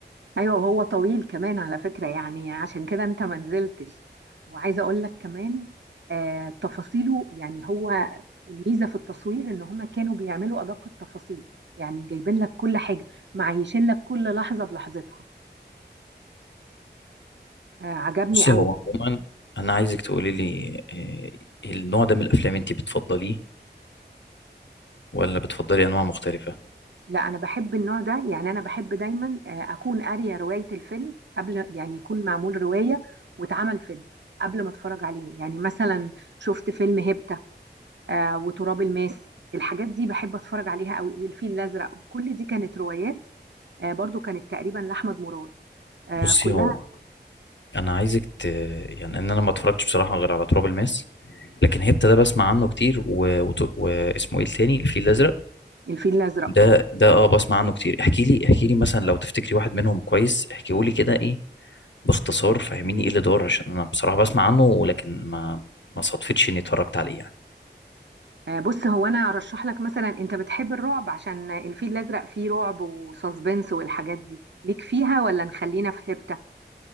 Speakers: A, on the right; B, on the left.
A: ايوه هو طويل كمان على فكرة يعني عشان كده انت ما نزلتش وعايزة اقول لك كمان آه تفاصيله يعني هو الميزة في التصوير ان هما كانوا بيعملوا ادق التفاصيل يعني جايبين لك كل حاجة معيشين لك كل لحظة بلحظتها آه عجبني
B: بصي
A: قوي
B: هو عموما انا عايزك تقولي لي آه، النوع ده من الافلام انت بتفضليه ولا بتفضلي انواع مختلفه
A: لا انا بحب النوع ده يعني انا بحب دايما آه اكون قارية رواية الفيلم قبل يعني يكون معمول رواية واتعمل فيلم قبل ما اتفرج عليه يعني مثلا شفت فيلم هيبتا آه وتراب الماس الحاجات دي بحب اتفرج عليها قوي والفيل الازرق كل دي كانت روايات آه برضو كانت تقريبا لاحمد مراد آه
B: بصي
A: كلها
B: هو انا عايزك ت... يعني ان انا ما اتفرجتش بصراحه غير على تراب الماس لكن هيبتا ده بسمع عنه كتير و... وت... واسمه ايه التاني الفيل الازرق
A: الفيل الازرق
B: ده
A: اه
B: ده اه بسمع عنه كتير احكي لي احكي لي مثلا لو تفتكري واحد منهم كويس احكيه لي كده ايه باختصار فهميني ايه اللي دار عشان انا بصراحه بسمع عنه ولكن ما ما صدفتش اني اتفرجت عليه يعني.
A: آه، بص هو انا ارشح لك مثلا انت بتحب الرعب عشان الفيل الازرق فيه رعب وساسبنس والحاجات دي ليك فيها ولا نخلينا في هبته